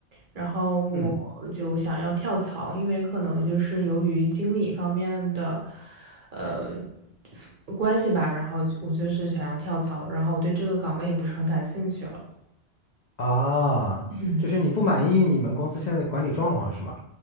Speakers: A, on the right; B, on the left.
A: 然后我就想要跳槽，
B: 嗯，
A: 因为可能就是由于经理方面的呃关系吧，然后就我就是想要跳槽，然后我对这个岗位也不是很感兴趣了。
B: 啊，
A: 嗯
B: 就是你不满意你们公司现在的管理状况是吗？